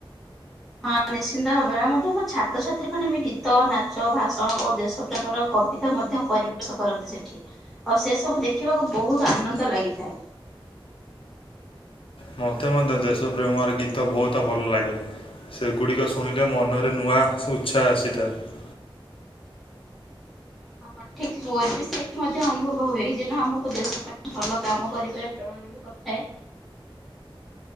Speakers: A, in the centre; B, on the left.
A: ହଁ ନିଶ୍ଚିନ୍ତ ଭାବରେ ଆମର ତ ବଛା ଛାତ୍ରଛାତ୍ରୀମାନେ ବି ଗୀତ, ନାଚ, ଭାଷଣ ଓ ଦେଶପ୍ରେମର କବିତା ମଧ୍ୟ ପରିବେଶ କରନ୍ତି ସେ ଠି ଆଉ ସେ ସବୁ ଦେଖିବାକୁ ବୋହୁତ ଆନନ୍ଦ ଲାଗିଥାଏ।
B: ମତେ ମଧ୍ୟ ଦେଶପ୍ରେମର ଗୀତ ବୋହୁତ ଭଲ ଲାଗେ। ସେଗୁଡ଼ିକ ଶୁଣିଲେ ମନରେ ନୂଆ ସେ ଉତ୍ସାହ ଆସିଥାଏ।
A: ହଁ ଠିକ ମୋର ବି ସେଇ ମଧ୍ୟ ଅନୁଭବ ହୁଏ ଯେନ ଆମକୁ ଦେଶ ପାଇଁ ଭଲ କାମ କରିବା ପ୍ରଣାଳି ବି କରିଥାଏ।